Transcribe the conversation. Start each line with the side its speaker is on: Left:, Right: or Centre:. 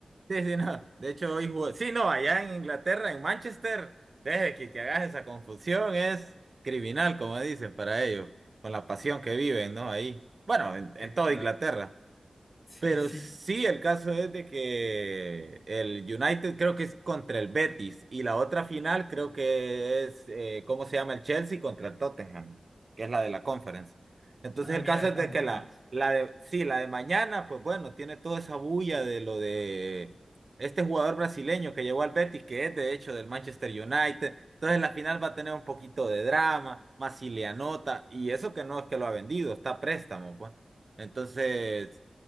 Right: Sí, sí, no. De hecho, hoy jugó. Sí, no, allá en Inglaterra, en Manchester, deje que, que hagas esa confusión, es criminal, como dicen para ellos, con la pasión que
Left: E-
Right: viven, ¿no? Ahí. Bueno, en, en
Left: Exacto.
Right: toda Inglaterra.
Left: <laughs> Sí,
Right: Pero
Left: sí.
Right: sí, el caso es de que el United creo que es contra el Betis y la otra final creo que es, eh, ¿cómo se llama? El Chelsea contra el Tottenham, que es la de la Conference. Entonces
Left: Ah,
Right: el
Left: mira,
Right: caso
Left: están
Right: es de que
Left: buenas.
Right: la, la de, sí, la de mañana, pues bueno, tiene toda esa bulla de lo de este jugador brasileño que llegó al Betis, que es de hecho del Manchester United. Entonces la final va a tener un poquito de drama, más si le anota, y eso que no es que lo ha vendido, está a préstamo, pues. Entonces